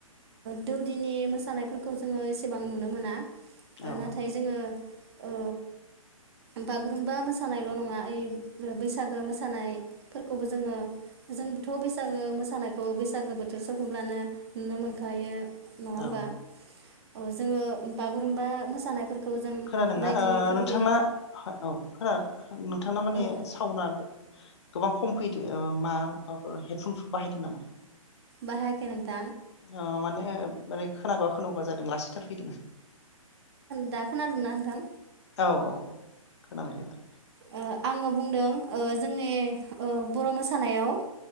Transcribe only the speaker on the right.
दौदिनि मोसानायफोरखौ जोङो एसेबां नुनो मोना। ओ
नाथाय जोङो औ बागुरुम्बा मोसानायल' नङा ओइ बैसागो मोसानाय फोरखौबो जोङो जोंथ' बैसागो मोसानायखौ बैसागो बोथोर सफैब्लानो नुनो मोनखायो। नङा होमबा
अ जोङो। बागुरुम्बा मोसानायफोरखौ। जों
बायदि फोरबो
औ
बाहायाखै नोंथां
दा खोनादोंना नोंथां?
ओ आङो बुंदों ओ जोंनि ओ बर' मोसानायाव